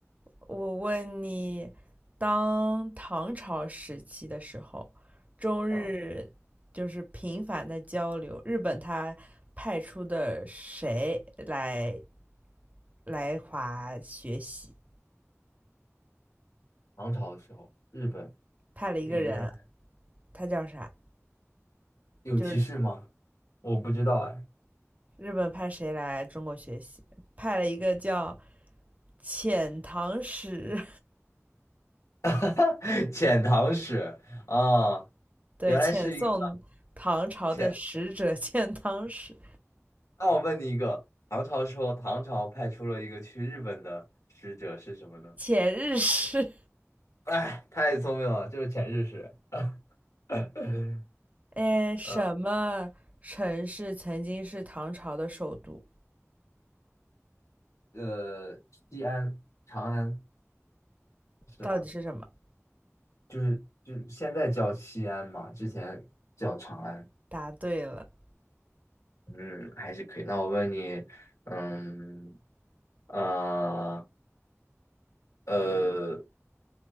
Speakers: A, on the right; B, on the left.
A: 我问你，当唐朝时期的时候，中日就是频繁的交流，
B: 嗯，
A: 日本他派出的谁来来华学习？
B: 唐朝的时候，日本
A: 派了一个人，
B: 有一个人
A: 他叫啥？
B: 有提示吗？
A: 就是
B: 我不知道哎。
A: 日本派谁来中国学习？派了一个叫遣唐使，
B: <laughs> 哈哈，遣唐使啊，
A: <laughs> 对，
B: 原来是一个
A: 遣送唐朝的使者，
B: 遣。
A: 遣唐使、
B: 那我问你一个，唐朝时候，唐朝派出了一个去日本的使者是什么呢？
A: 遣日使。
B: 哎，太聪明了，就是遣日使。<laughs>
A: 哎，什么城市曾经是唐朝的首都？
B: 呃呃，西安、长安是吗？
A: 到底是什么？
B: 就是就是现在叫西安嘛，之前叫长安。
A: 答对了。
B: 嗯，还是可以。那我问你，嗯呃呃，